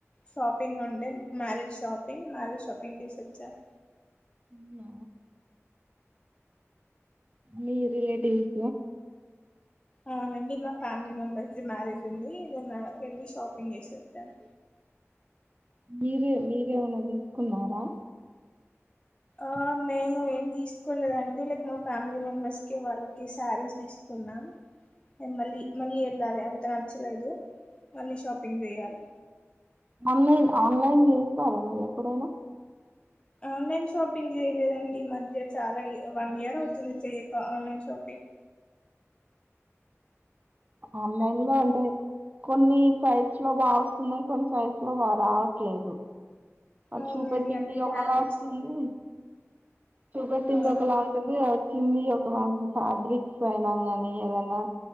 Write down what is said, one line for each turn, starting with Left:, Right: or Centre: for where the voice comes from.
Left: షాపింగ్ ఉండే మ్యారేడ్ షాపింగ్ మ్యారేడ్ షాపింగ్ చేసిచ్చాను
Right: అవునా? మీ రిలేటివ్స్
Left: అవునండి మా ఫ్యామిలీ మెంబెర్స్ మ్యారేజ్ ఉంది నేను వెళ్ళి షాపింగ్ చేస వస్తాను
Right: మీరే మీరేమన్నా తీసుకున్నారా
Left: ఆ మేము ఏం తీసుకోలేదండి లైక్ మా ఫ్యామిలీ మెంబర్స్ కి వాళ్ళకి శారీస్ తీసుకున్నాం మళ్ళ మళ్ళీ వెల్ల ఆమె నచ్చలేదు మళ్ళీ షాపింగ్ చేయాలి
Right: ఆన్లైన్ ఆన్లైన్ చేస్తారా మీరు ఎప్పుడైనా
Left: ఆన్లైన్ షాపింగ్ చేయలేదండి ఈ మధ్య చాలా వన్ ఇయర్ అవుతుంది చెయక ఆన్లైన్ షాపింగ్
Right: ఆన్లైన్ గా అంటే కొన్ని ఫై లో బాగా వస్తున్నాయి కొన్ని సైజు లో బాగా రావట్లేదు
Left: అవునండి
Right: చూపెట్టింది
Left: అన్ని
Right: ఒకలా
Left: డామేజ్
Right: వస్తుంది చూపెట్టింది
Left: అవునండి
Right: ఒకలాంటంది వచ్చింది ఒకలాంటంది ఫ్యాబ్రిక్ పోైనా కాని ఏదన్నా